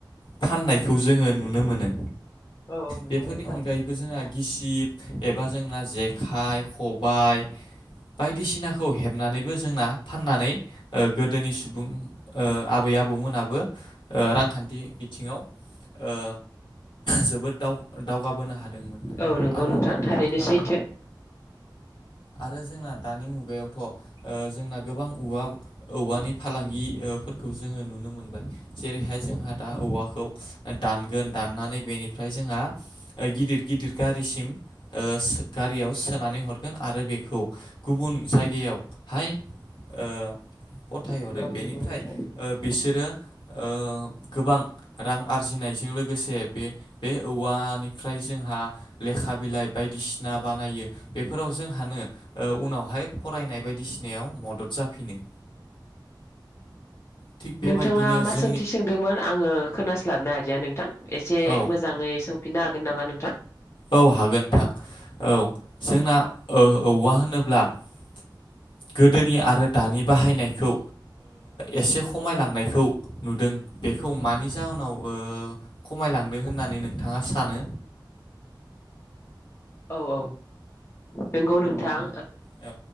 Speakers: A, on the left; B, on the left.
A: फाननायखौ जोङो नुनो मोनो
B: औ औ नंगौ
A: बेफोरनि
B: नोंथां
A: अनगायैबो जोंहा गिसिब एबा जोंना जेखाइ खबाय बायदिसिनाखौ हेबनानैबो जोंना फाननानै ओ गोदोनि सुबुं ओ आबै आबौ आबौमोनाबो ओ रांखान्थि बिथिङाव ओ जोबोद दाव दावगाबोनो हादोंमोन
B: औ नंगौ
A: आरो
B: नोंथां थारैनो सैथो
A: औ आरो जोंना दानि मुगायावथ' ओ जोंना गोबां औवा औवानि फालांगिफोरखौ जोङो नुनो नुनो मोनबाय जेरैहाय जोंहा दा औवाखौ दानगोन दाननानै बेनिफ्राय जोंहा गिदिर गिदिर गारिसिम ओ गारियाव सोनानै हरगोन आरो बेखौ गुबुन जायगायावहाय ओ फथायहरो
B: औ
A: बेनिफ्राय
B: नंगौ नोंथां
A: ओ बिसोरो ओ गोबां रां आरजिनायजों लोगोसे बे बे औवानिफ्राय जोंहा लेखा बिलाइ बायदिसिना बानायो बेफोराव जोंहानो उनावहाय फरायनाय बायदिसिनायाव मदद जाफिनो थिग बेबायदिनो
B: नोंथाङा मा
A: जोंनि
B: सोंथि सोंदोंमोन आङो खोनास्लाबनो हादिया नोंथां एसे
A: औ
B: मोजाङै सोंफिननो हागोन नामा नोंथां
A: औ हागोन नोंथां औ जोंना औवा होनोब्ला <inaudible> गोदोनि आरो दानि बाहायनायखौ एसे खमायलांनायखौ नुदों बे बेखौ मानि जाहोनाव खमायलांदों होननानै नोंथाङा सानो
B: औ औ नंगौ नोंथां
A: औ